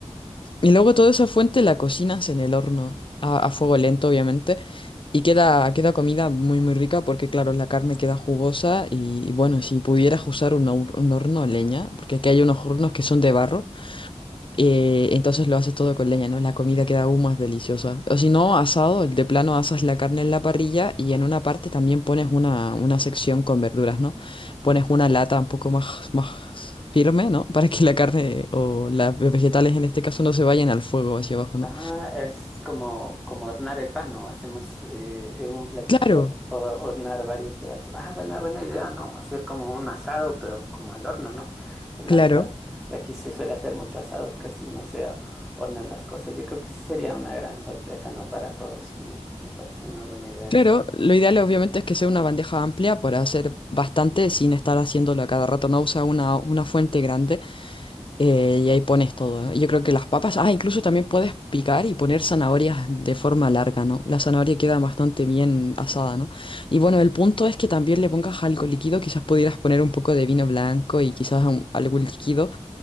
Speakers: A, on the left (about 45°); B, in the centre.
A: Y luego toda esa fuente la cocinas en el horno, a, a fuego lento, obviamente. Y queda, queda comida muy, muy rica porque, claro, la carne queda jugosa. Y, bueno, si pudieras usar un, hor- un horno a leña, porque aquí hay unos hornos que son de barro. Eh, entonces lo haces todo con leña, ¿no? La comida queda aún más deliciosa. O si no, asado, de plano asas la carne en la parrilla y en una parte también pones una, una sección con verduras, ¿no? Pones una lata un poco más, más firme, ¿no? Para que la carne o las vegetales en este caso no se vayan al fuego hacia abajo, ¿no?
B: Ah, es como, como hornear el pan, ¿no? Hacemos eh, en un platillo
A: Claro,
B: o- hornear varios pedazos. Ah, buena, buena idea, ¿no? Hacer como un asado, pero como al horno, ¿no? La
A: claro.
B: verdad, aquí se suele hacer mucho asado, casi no se hornan las cosas. Yo creo que sí sería una gran sorpresa, ¿no? Para todos, ¿no? Me parece una buena idea.
A: Claro, lo ideal obviamente es que sea una bandeja amplia para hacer bastante sin estar haciéndolo a cada rato, no usa una, una fuente grande eh, y ahí pones todo, ¿no? Yo creo que las papas, ah, incluso también puedes picar y poner zanahorias de forma larga, ¿no? La zanahoria queda bastante bien asada, ¿no? Y bueno, el punto es que también le pongas algo líquido, quizás pudieras poner un poco de vino blanco y quizás un- algo líquido,